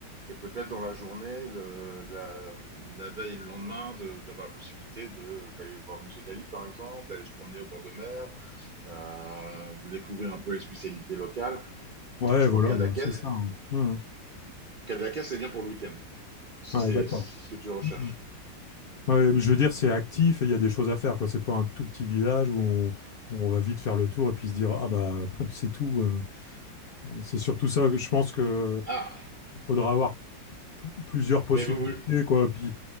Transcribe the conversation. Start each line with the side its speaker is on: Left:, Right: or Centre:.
Right: Et peut-être dans la journée, le- la, la veille et le lendemain, de- d'avoir la possibilité de- d'aller voir le musée d'Ali, par exemple, d'aller se promener au bord de mer, euh, de découvrir un peu les spécialités locales.
Left: Ouais,
Right: Je
Left: voilà,
Right: prends Cadaqués.
Left: bah, c'est ça. hein. Mhm.
Right: Cadaqués, c'est bien pour le week-end, si
Left: Ouais,
Right: c'est
Left: d'accord.
Right: ce que tu recherches.
Left: Mhm. Ouais, mais je veux dire, c'est actif et il y a des choses à faire, quoi. C'est pas un tout petit village où on, où on va vite faire le tour et puis se dire, ah bah, <laughs> c'est tout. euh. C'est surtout ça que je pense que
Right: Ah,
Left: faudra avoir p- plusieurs possibilités,
Right: mais vous, vous...
Left: quoi. Puis,